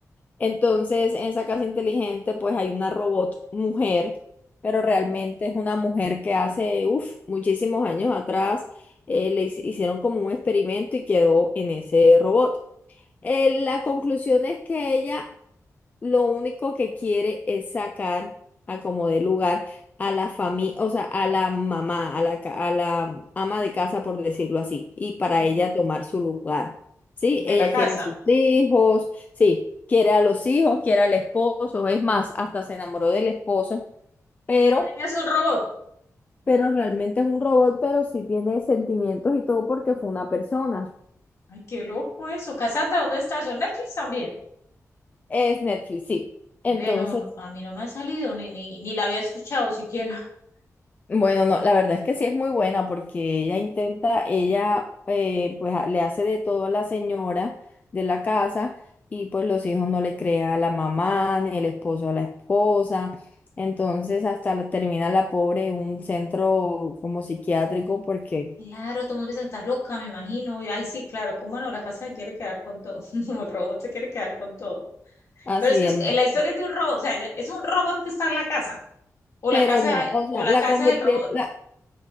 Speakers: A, on the left; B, on the left.
A: Entonces, en esa casa inteligente, pues hay una robot mujer, pero realmente
B: ujú,
A: es una mujer que hace, uff, muchísimos años atrás, eh, le hic- hicieron como un experimento y quedó en ese robot. Eh, la conclusión es que ella lo único que quiere es sacar a como de lugar a la familia, o sea, a la mamá, a la, ca- a la ama de casa, por decirlo así, y para
B: ajá.
A: ella tomar su lugar. Sí, ella
B: De la casa.
A: quiere a sus hijos, sí, quiere a los hijos, quiere al esposo, es más, hasta se enamoró del esposo, pero,
B: Pero ella es un robot.
A: pero realmente es un robot, pero sí tiene sentimientos y todo porque fue una persona.
B: Ay, qué loco eso. Cassandra, ¿dónde está eso? ¿En Netflix también.
A: Es Netflix, sí. Entonces
B: Ve, no, no, a mí no me ha salido, ni, ni, ni la había escuchado siquiera. <laughs>
A: Bueno, no, la verdad es que sí es muy buena porque ella intenta, ella eh, pues a- le hace de todo a la señora de la casa y pues los hijos no le crea a la mamá ni el esposo a la esposa. Entonces hasta la- termina la pobre en un centro como psiquiátrico porque
B: Claro, todo el mundo piensa que estás loca, me imagino. Y, Ay, sí, claro, cómo no, la casa se quiere quedar con todo. <laughs> Como el robot se quiere quedar con todo.
A: así,
B: Pero es que es-
A: hermano.
B: la historia es de un robot, o sea, ya- es un robot que está en la casa. o
A: Pero
B: la casa,
A: no, o sea,
B: o la
A: la
B: casa
A: convirti-
B: es el robot.
A: la,